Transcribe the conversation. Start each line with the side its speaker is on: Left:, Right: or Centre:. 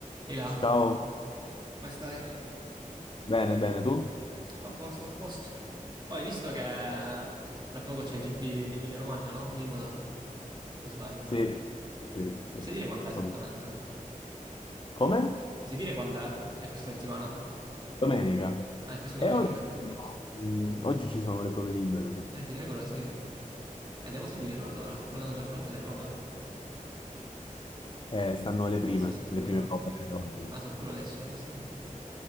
Right: Sei là?
Left: Ciao,
Right: Come stai?
Left: bene, bene, tu?
Right: A posto, a posto. Oh, hai visto che eh, tra poco c'è il GP di Emilia Romagna, no? Di Imola, o sbaglio?
Left: Sì, sì, sì.
Right: Mi sai dire quando è esattamente?
Left: Vabbè.
Right: Mi
Left: Come?
Right: sai dire quando è? È questa settimana?
Left: Domenica.
Right: Ah, è questa domenica?
Left: E oggi, mm, oggi ci sono le prove libere, sì.
Right: Eh, di regola sì. Eh, devo seguirlo allora. Ma l'hanno già fatte le prove?
Left: Eh, stanno le prime,
Right: Forse sono...
Left: le
Right: sono...
Left: prime prove oggi.
Right: Ah, sono proprio adesso, hai visto?